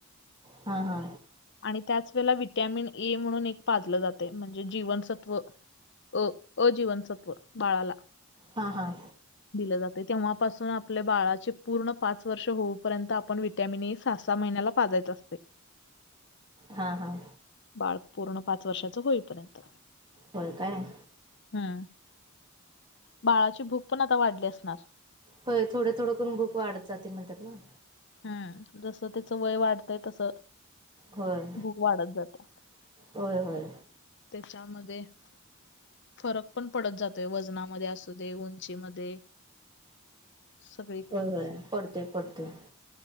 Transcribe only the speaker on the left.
आणि त्याच वेळेला विटॅमिन ए म्हणून एक पाजलं जातयं म्हणजे जीवनसत्व. अ, अ जीवनसत्व बाळाला.
दिलं जातयं. तेव्हापासून आपले बाळाचे पूर्ण पाच -- वर्ष होऊपर्यंत आपण वि्हटॅमिन ए सहा -सहा महिन्याला पाजायच असतयं.
बाळ पूर्ण पाच वर्षाचं होईपर्यंत.
हम्म. बाळाची भूक पण आता वाढली असणार.
हम्म. जसं त्याचं वय वाढतंय तसं.
भुक वाढत जात्या.
त्याच्यामध्ये -- फरक पण पडत जातोय. वजनामध्ये असू दे, उंचीमध्ये. सगळीकडूनच